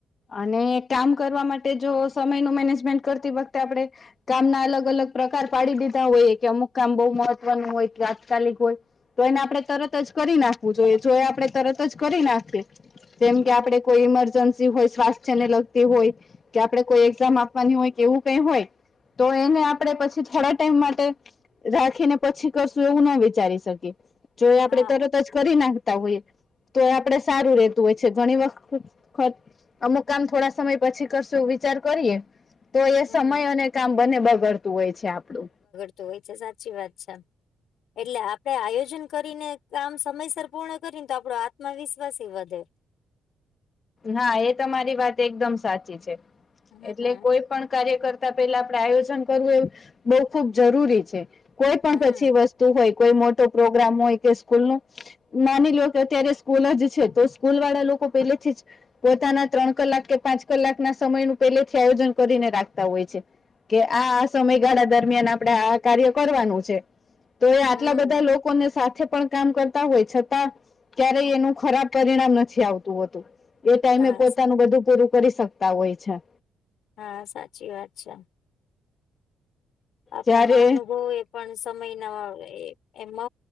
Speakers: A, on the left; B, on the left.
A: અને કામ કરવા માટે જો સમયનું મેનેજમેન્ટ કરતી વખતે આપણે કામ ના અલગ અલગ પ્રકાર પાડી દીધા હોય કે અમુક કામ બહુ મહત્વનું હોય કે તાત્કાલિક હોય તો એને આપણે તરત જ કરી નાખવું જોઈએ જો એ આપણે તરત જ કરી નાખીએ તેમ કે આપે કોઈ ઈમરજન્સી હોય સ્વાસ્થ્ય ને લગતી હોય કે આપડે કોઈ એક્ઝામ આપવાની હોય કે એવું કઈ હોય તો એને આપણે પછી થોડા ટાઈમ માટે રાખીને પછી કરશું એવું ના વિચારી શકી જો એ આપણે
B: હા
A: તરત જ કરી નાખતા હોઈએ તો આપડે સારું રેતું હોય છે. ઘણી વખત ખત અમુક કામ થોડા સમય પછી કરશું વિચાર કરીએ. તો એ
B: હમ
A: સમય અને કામ બને બગડતું હોય છે આપડું
B: તો હોય છે સાચી વાત છે એટલે આપણે આયોજન કરીને કામ સમયસર પૂર્ણ કરીને તો આપડો આત્મવિશ્વાસ એ વધે
A: હા એ તમારી વાત એકદમ સાચી છે
B: હમ
A: એટલે કોઈ પણ કાર્ય કર તા પેલા આપડે આયોજન કરવું એ બહુ ખુબ જરૂરી છે કોઈ પણ
B: હમ
A: પછી વસ્તુ તુ હોય કોઈ મોટો પ્રોગ્રામ હોય કે સ્કૂલ નું માની લો કે અત્યારે સ્કૂલ જ છે તો સ્કૂલ વાળા લોકો પેલેથી જ પોતાના ત્રણ કલાક કે પાંચ કલાક ના સમય નું પહેલેથી આયોજન કરીને રાખતા હોય છે. કે આ સમયગાળા દરમિયાન આપણે આ કાર્ય કરવાનું છે તો એ
B: હમ
A: આટલા બધા લોકો લોકોને સાથે પણ કામ કરતા હોય છતાં ક્યારેય એનું ખરાબ પરિણામ નથી આવતું હોતું. એ ટાઈમે
B: હા
A: પોતાનું બધું પૂરું કરી શકતા હોય છે.
B: હા સાચી વાત છે. આપણા
A: જ્યારે
B: મહાઅનુભવે પણ સમયના એ મહ